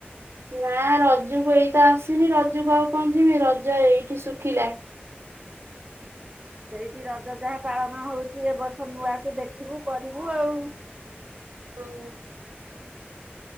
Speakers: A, on the right; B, on the right.
A: ନା ରଜକୁ ଏଇତ ଆସିନି ରଜକୁ ଆଉ କଣ ଯିମି ରଜ ଏଇଠି ଶୁଖିଲା।
B: ସେଇଠି ରଜ ଯାହା ପାଳନ ହୋଉଚି ଏ ବର୍ଷ ନୂଆକୁ ଦେଖିବୁ କରିବୁ ଆଉ।
A: ହଁ।